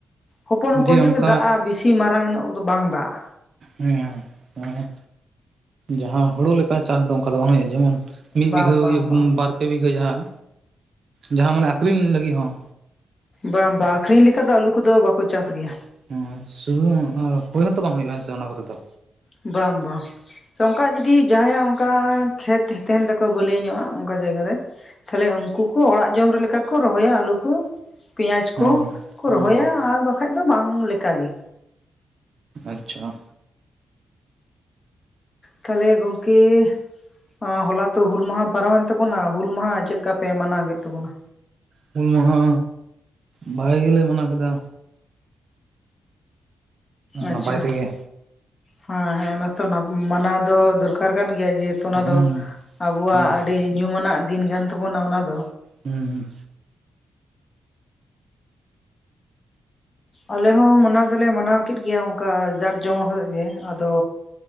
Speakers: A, on the left; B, on the right.
A: ᱦᱚᱯᱚᱱ-ᱦᱚᱯᱚᱱ
B: ᱡᱮ
A: ᱧᱚᱜ
B: ᱚᱱᱠᱟ
A: ᱜᱮ ᱫᱟᱜᱼᱟ ᱵᱤᱥᱤ ᱢᱟᱨᱟᱝ ᱧᱚᱜ ᱫᱚ ᱵᱟᱝ ᱫᱟᱜᱼᱟ᱾
B: ᱦᱮᱸ ᱦᱮᱸ ᱡᱟᱦᱟᱸ ᱦᱩᱲᱩ ᱞᱮᱠᱟ ᱪᱟᱥ ᱫᱚ ᱚᱱᱠᱟ ᱫᱚ ᱵᱟᱝ ᱦᱩᱭᱩᱜᱼᱟ ᱡᱮᱢᱚᱱ ᱢᱤᱫ
A: ᱵᱟᱝ
B: ᱵᱤᱜᱷᱟᱹ
A: ᱵᱟᱝ ᱵᱟᱝ
B: ᱵᱟᱨ ᱯᱮ ᱵᱤᱜᱷᱟᱹ ᱡᱟᱦᱟᱸ ᱡᱟᱦᱟᱸ ᱢᱟᱱᱮ ᱟᱠᱷᱨᱤᱧ ᱞᱟᱹᱜᱤᱫ ᱦᱚᱸ
A: ᱵᱟᱝ ᱵᱟᱝ ᱟᱠᱷᱨᱤᱧ ᱞᱮᱠᱟ ᱫᱚ ᱟᱹᱞᱩ ᱠᱚᱫᱚ ᱵᱟᱠᱚ ᱪᱟᱥ ᱜᱮᱭᱟ᱾
B: ᱦ ᱥᱩ ᱦᱳᱭ ᱦᱚᱸᱛᱚ ᱵᱟᱝ ᱦᱩᱭᱩᱜᱼᱟ ᱦᱮᱸᱥ ᱚᱱᱟ ᱠᱚᱨᱮ ᱫᱚ?
A: ᱵᱟᱝ ᱵᱟᱝ᱾ ᱥᱮ ᱚᱱᱠᱟ ᱡᱩᱚᱫᱤ ᱡᱟᱦᱟᱸᱭᱟᱜ ᱚᱱᱠᱟ ᱠᱷᱮᱛ ᱛᱟᱦᱮᱱ ᱛᱟᱠᱚᱣᱟ ᱵᱟᱹᱞᱟᱹᱭᱟᱹ ᱧᱚᱜᱼᱟ ᱚᱱᱠᱟ ᱡᱟᱭᱜᱟᱟᱨ ᱨᱮ, ᱛᱟᱦᱚᱞᱮ ᱩᱱᱠᱩ ᱠᱚ ᱚᱲᱟᱜ ᱡᱚᱢ ᱨᱮ ᱞᱮᱠᱟ ᱠᱚ ᱨᱚᱦᱚᱭᱟ ᱟᱞᱩ ᱠᱚ᱾ ᱯᱮᱸᱭᱟᱡᱽ
B: ᱦᱮᱸ
A: ᱠᱚ, ᱠᱚ
B: ᱦᱮᱸ
A: ᱨᱚᱦᱚᱭᱟ ᱟᱨ ᱵᱟᱠᱷᱟᱡ ᱫᱚ ᱵᱟᱝ ᱞᱮᱠᱟᱜᱮ᱾
B: ᱟᱪᱪᱷᱟ᱾
A: ᱛᱟᱦᱚᱞᱮ ᱜᱚᱢᱠᱮ ᱮᱸ ᱦᱚᱞᱟ ᱛᱚ ᱦᱩᱞ ᱢᱟᱦᱟ ᱯᱟᱨᱚᱢᱮᱱ ᱛᱟᱵᱚᱱᱟ, ᱦᱩᱞ ᱢᱟᱦᱟ ᱪᱮᱫ ᱞᱮᱠᱟ ᱯᱮ ᱢᱟᱱᱟᱣ ᱠᱮᱫ ᱛᱟᱵᱚᱱᱟ?
B: ᱦᱩᱞ ᱢᱟᱦᱟ ᱵᱷᱟᱜᱮ ᱜᱮᱞᱮ ᱢᱟᱱᱟᱣ ᱠᱮᱫᱟ᱾
A: ᱟᱪᱪᱷᱟ
B: ᱱᱟᱯᱟᱭ ᱛᱮᱜᱮ
A: ᱦᱮᱸ ᱦᱮᱸ ᱚᱱᱟᱛᱚ ᱢᱟᱱᱟᱣ ᱫᱚ ᱫᱚᱨᱠᱟᱨ ᱠᱟᱱ ᱜᱮᱭᱟ᱾ ᱡᱮᱦᱮᱛᱩ ᱚᱱᱟ
B: ᱦᱩᱸ
A: ᱫᱚ ᱟᱵᱚᱣᱟᱜ
B: ᱦᱩᱸ
A: ᱟᱹᱰᱤ ᱧᱩᱢᱟᱱᱟᱜ ᱫᱤᱱ ᱠᱟᱱ ᱛᱟᱵᱚᱱᱟ ᱚᱱᱟ ᱫᱚ᱾
B: ᱦᱩᱸᱻ
A: ᱟᱞᱮ ᱦᱚᱸ ᱢᱟᱱᱟᱣ ᱫᱚᱞᱮ ᱢᱟᱱᱟᱣ ᱠᱮᱫ ᱜᱮᱭᱟ ᱚᱱᱠᱟ ᱡᱟᱸᱠ ᱡᱚᱢᱚᱠ ᱠᱟᱛᱮᱫ ᱜᱮ, ᱟᱫᱚ